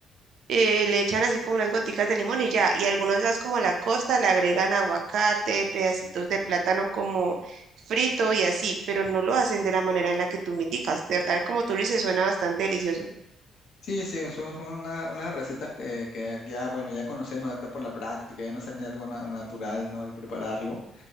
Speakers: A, on the right; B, on the left.
A: eh, le echan así como unas goticas de limón y ya, y algunos las como a la costa le agregan aguacate, pedacitos de plátano como frito y así, pero no lo hacen de la manera en la que tú me indicas. De verdad, como tú lo dices, suena bastante delicioso.
B: Sí, sí, son, son una- unas recetas que, que ya, bueno, ya conocemos acá por la práctica, ya nos sale algo na- natural, ¿no? El prepararlo.